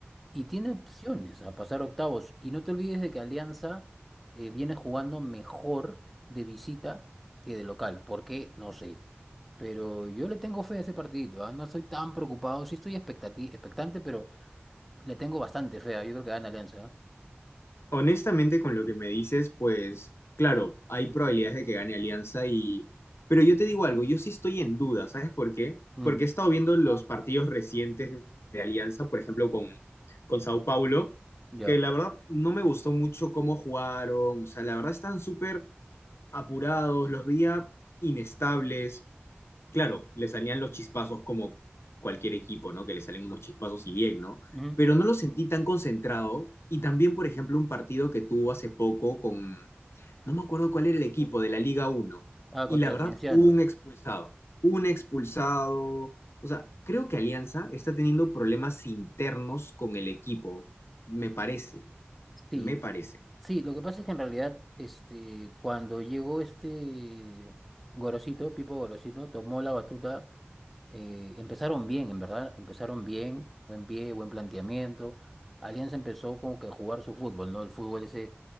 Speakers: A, in the centre; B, on the left (about 75°).
A: y tiene opciones a pasar octavos. Y no te olvides de que Alianza eh, viene jugando mejor de visita que de local. ¿Por qué? No sé. Pero yo le tengo fe a ese partidito, ¿ah? No estoy tan preocupado. Sí estoy expectati- expectante, pero le tengo bastante fe. ¿ah? Yo creo que gana Alianza. ¿ah?
B: Honestamente, con lo que me dices, pues, claro, hay probabilidades de que gane Alianza y... Pero yo te digo algo, yo sí estoy en duda, ¿sabes por qué?
A: Mm,
B: Porque he estado viendo los partidos recientes de de Alianza, por ejemplo, con, con Sao Paulo,
A: ya.
B: que la verdad no me gustó mucho cómo jugaron, o sea, la verdad están súper apurados, los veía inestables. Claro, le salían los chispazos como cualquier equipo, ¿no? Que le salen unos chispazos y bien, ¿no?
A: Ujú.
B: Pero no lo sentí tan concentrado. Y también, por ejemplo, un partido que tuvo hace poco con, no me acuerdo cuál era el equipo de la Liga Uno.
A: Ah,
B: Y
A: contra
B: la verdad,
A: Cienciano.
B: hubo un expulsado. Un expulsado. O sea, creo que Alianza está teniendo problemas internos con el equipo. Me parece,
A: Sí,
B: me parece.
A: sí, lo que pasa es que en realidad, este, cuando llegó este Gorosito, Pipo Gorosito, tomó la batuta eh, empezaron bien, en verdad, empezaron bien, buen pie, buen planteamiento. Alianza empezó como que a jugar su fútbol, ¿no? El fútbol ese